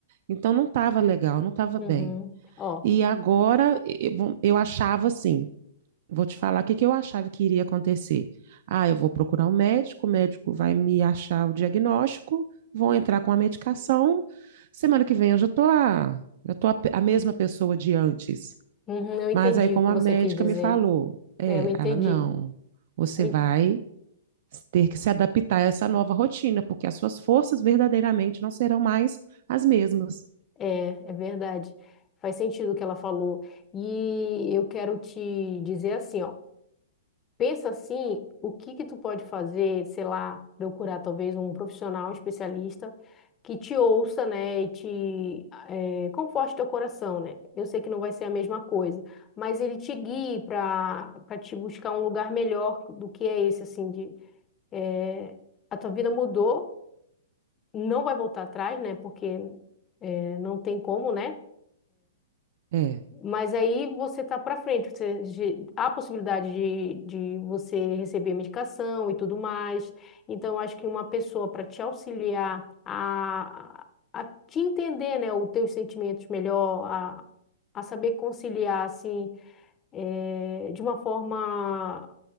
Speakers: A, on the right; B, on the left.
A: Então não estava legal, não estava
B: Uhum.
A: bem.
B: Ó,
A: E agora eu eu achava assim, vou te falar o que que eu achava que iria acontecer. Ah, eu vou procurar um médico, o médico vai me achar o diagnóstico, vou entrar com a medicação. Semana que vem eu já tô a, já tô a, pe- a mesma pessoa de antes.
B: uhum, eu entendi
A: Mas aí, como
B: o que
A: a
B: você
A: médica
B: quis dizer.
A: me falou, é,
B: É, eu entendi.
A: ela, não, você
B: Eu
A: vai
B: en-
A: ter que se adaptar a essa nova rotina, porque as suas forças verdadeiramente não serão mais as mesmas.
B: é, é verdade. Faz sentido o que ela falou. E eu quero te dizer assim, ó. Pensa assim, o que que tu pode fazer, sei lá, procurar talvez um profissional, um especialista que te ouça, né, e te eh, conforte teu coração, né? Eu sei que não vai ser a mesma coisa, mas ele te guie para para te buscar um lugar melhor do que é esse, assim, de eh, a tua vida mudou, não vai voltar atrás, né? Porque eh, não tem como, né?
A: É,
B: Mas aí você tá para frente, você, ge- há possibilidade de, de você receber medicação e tudo mais. Então, eu acho que uma pessoa para te auxiliar a, a te entender, né, os teus sentimentos melhor, a, a saber conciliar, assim, eh, de uma forma